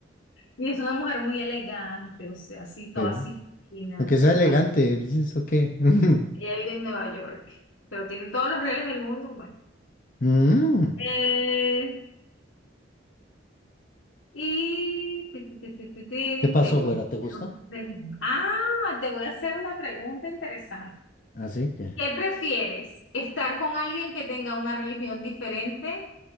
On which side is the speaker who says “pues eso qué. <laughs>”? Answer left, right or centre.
Left